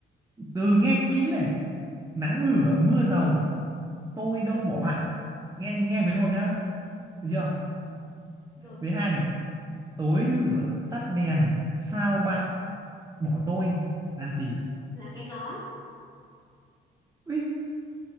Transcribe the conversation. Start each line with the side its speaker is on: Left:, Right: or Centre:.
Right: từ nghe kỹ này nắng lửa mưa dầu tôi đâu bỏ bạn nghe
Left: à,
Right: nghe với một nhá
Left: à,
Right: được chưa
Left: rồi
Right: với hai này tối lửa tắt đèn sao bạn bỏ tôi là gì
Left: là cái nón
Right: Ui,